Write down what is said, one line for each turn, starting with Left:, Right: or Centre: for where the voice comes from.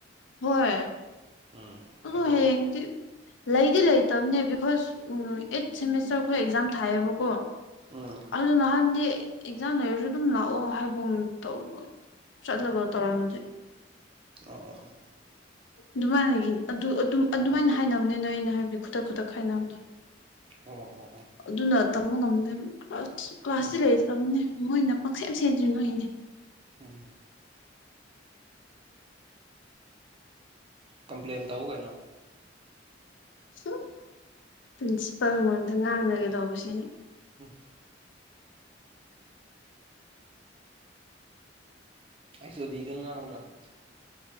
Left: ꯍꯣꯏ
Right: ꯎꯝ
Left: ꯑꯗꯣ
Right: ꯑꯗꯨ
Left: ꯍꯌꯦꯡꯗꯤ ꯂꯩꯗꯤ ꯂꯩꯇꯕꯅꯦ ꯕꯤꯀꯣꯁ ꯑꯩꯠ ꯁꯦꯃꯤꯁꯇꯔ ꯑꯩꯈꯣꯏ ꯑꯦꯛꯖꯥꯝ ꯊꯥꯏꯌꯦꯕꯀꯣ
Right: ꯎꯝ
Left: ꯑꯗꯨ ꯅꯍꯥꯟꯗꯤ ꯑꯦꯛꯖꯥꯝ ꯂꯩꯔꯁꯨ ꯑꯗꯨꯝ ꯂꯥꯛꯑꯣ ꯍꯥꯏꯒꯨꯝ ꯇꯧꯕ ꯆꯠꯂꯒ ꯇꯧꯔꯝꯗꯦ
Right: ꯑ ꯑ ꯑ
Left: ꯑꯗꯨꯃꯥꯏꯅꯒꯤ ꯑꯗꯨ ꯑꯗꯨꯝ ꯑꯗꯨꯃꯥꯏꯅ ꯍꯥꯏꯅꯕꯅꯤꯅ ꯑꯩꯅ ꯍꯥꯏꯕꯗꯤ ꯈꯨꯗꯛ ꯈꯨꯗꯛ ꯈꯥꯏꯅꯕꯗꯣ
Right: ꯑꯣ ꯑꯣ ꯑꯣ
Left: ꯑꯗꯨꯅ ꯇꯝꯕ ꯉꯝꯗꯦꯕ ꯀ꯭ꯂꯥꯁ ꯀ꯭ꯂꯥꯁꯇꯤ
Right: ꯎꯝ
Left: ꯂꯩꯇ꯭ꯔꯕꯅꯦ ꯃꯣꯏꯅ ꯄꯪꯁꯦꯝ ꯁꯦꯝꯖꯤꯟꯕꯩꯅꯦ
Right: ꯎꯝ ꯀꯝꯄ꯭ꯂꯦꯟ ꯇꯧ ꯀꯩꯅꯣ
Left: ꯍꯨꯡ ꯄ꯭ꯔꯤꯟꯁꯤꯄꯥꯜ ꯃꯣꯟꯗ ꯉꯥꯡꯅꯒꯦ ꯇꯧꯕꯁꯦ
Right: ꯎꯝ ꯑꯩꯁꯨꯗꯤꯗꯉꯅ <unintelligible> <inaudible>